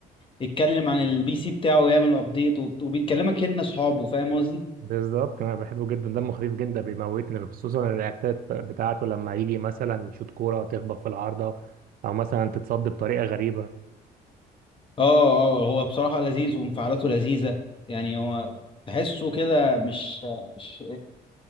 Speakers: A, on the left; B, on the right.
A: يتكلم عن البي سي بتاعه ويعمل ابديت وبيكلمك ان اصحابه فاهم قصدي
B: بالظبط انا بحبه جدا دمه خفيف جدا بيموتني خصوصا الرياكتات بتاعته لما يجي مثلا يشوط كوره تخبط في العارضه او مثلا تتصد بطريقه غريبه
A: اه اه هو بصراحة لذيذ وانفعالاته لذيذة يعني هو تحسه كده مش مش